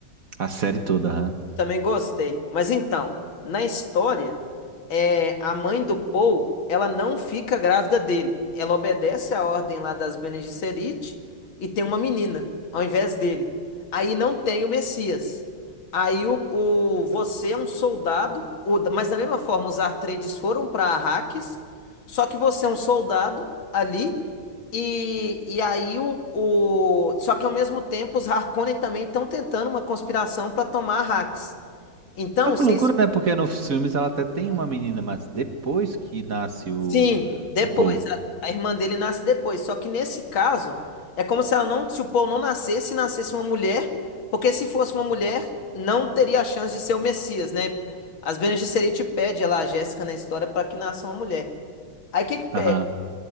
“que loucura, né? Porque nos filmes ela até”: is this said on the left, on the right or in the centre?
Right